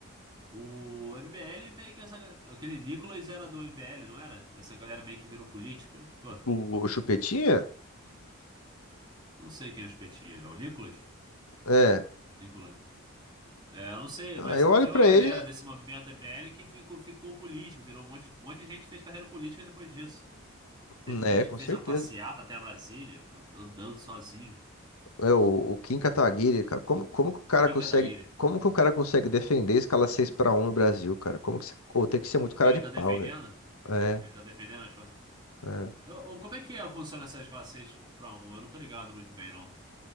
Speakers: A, on the right; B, on the left.
A: O MBL meio que essa. ga- Aquele Nicolas era do MBL, não era? Essa galera meio que virou político não ficou?
B: O, o Chupetinha?
A: Não sei quem é o espetinho. É o Nicolas?
B: É.
A: Nicolas. É, eu não sei,
B: Ah,
A: mas
B: Eu olho
A: teve
B: pra
A: uma galera
B: ele,
A: desse movimento MBL que ficou, ficou político, virou um monte, um monte de gente que fez carreira política depois disso. Teve
B: né,
A: um deles
B: com
A: que fez
B: certeza.
A: uma passeata até Brasília, andando sozinho.
B: É, o, o Kim Kataguiri, cara. Como, como que o cara
A: Kim
B: consegue.
A: Kataguiri.
B: Como que o cara consegue defender escala 6 para um no Brasil, cara? Como que você... Pô, tem que ser muito cara
A: Ele
B: de
A: tá
B: pau,
A: defendendo?
B: velho. É,
A: Ele tá defendendo as
B: é.
A: Eu- eu- como é que é, funciona essa escala 6 para um? Eu não tô ligado muito bem, não.